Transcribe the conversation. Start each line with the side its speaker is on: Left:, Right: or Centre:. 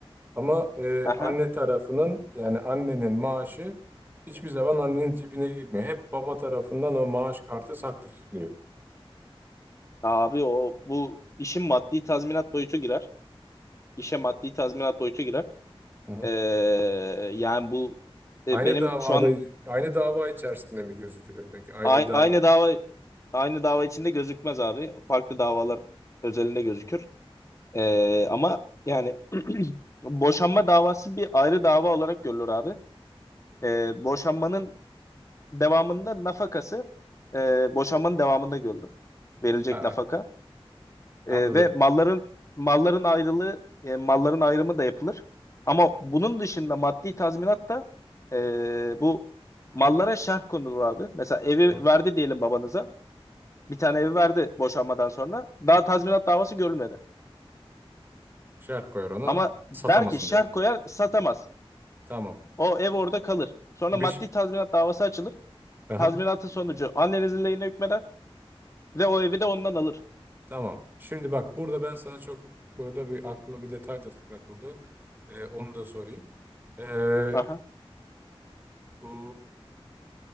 Right: Ama e,
Left: Aha.
Right: anne tarafının yani annenin maaşı hiçbir zaman annenin cebine girmiyor. Hep baba tarafından o maaş kartı saklı tutuluyor.
Left: Abi o bu işin maddi tazminat boyutu girer. İşe maddi tazminat boyutu girer.
Right: Ha.
Left: Ee, yani bu e,
Right: Aynı
Left: benim
Right: davada
Left: şu an
Right: aynı dava içerisinde mi gözükülür peki? Ayrı
Left: a-
Right: bir dava.
Left: aynı
Right: mı?
Left: dava aynı dava içinde gözükmez abi. Farklı davalar özelinde gözükür. Ee, ama yani <clears throat> boşanma davası bir ayrı dava olarak görülür abi. Ee, boşanmanın devamında nafakası e, boşanmanın devamında görülür. Verilecek
Right: Ha,
Left: nafaka. Ee,
Right: anladım.
Left: ve malların malların ayrılığı e, malların ayrımı da yapılır. Ama bunun dışında maddi tazminat da e, bu mallara şerh konulur abi. Mesela evi
Right: Hı?
Left: verdi diyelim babanıza. Bir tane evi verdi boşanmadan sonra. Daha tazminat davası görülmedi.
Right: Şerh koyar ona
Left: Ama
Right: satamasın
Left: der ki şerh
Right: diye.
Left: koyar satamaz.
Right: Tamam.
Left: O ev orada kalır. Sonra
Right: Bir
Left: maddi
Right: ş-
Left: tazminat davası açılır.
Right: Aha,
Left: Tazminatın sonucu annenizin lehine hükmeder ve o evi de ondan alır.
Right: tamam. Şimdi bak burada ben sana çok burada bir aklıma bir detay da takıldı. Ee, onu da sorayım. Ee,
Left: Aha.
Right: bu